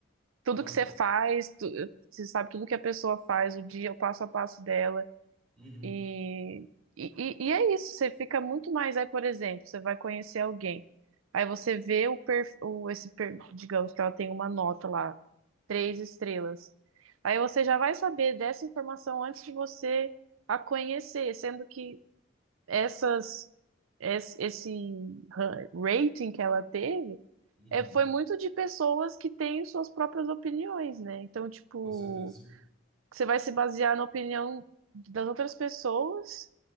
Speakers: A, on the right (about 85°); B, in the centre.
A: tudo
B: Ah,
A: que você faz, tu- você sabe tudo que a pessoa faz, o dia, o passo a passo dela.
B: uhum,
A: E, e, e é isso, você fica muito mais. Aí, por exemplo, você vai conhecer alguém, aí você vê o, per, o esse per- digamos que ela tem uma nota lá, três estrelas. Aí você já vai saber dessa informação antes de você a conhecer, sendo que essas es- esse ra- rating que ela teve
B: uhum,
A: é, foi muito de pessoas que têm suas próprias opiniões, né? Então, tipo
B: com certeza.
A: você vai se basear na opinião das outras pessoas